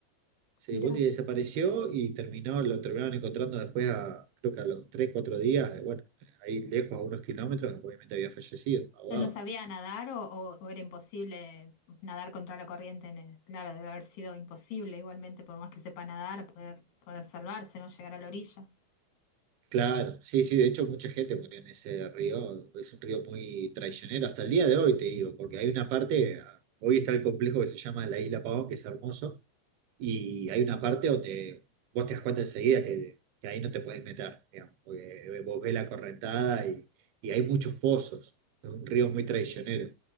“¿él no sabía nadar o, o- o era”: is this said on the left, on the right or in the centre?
Left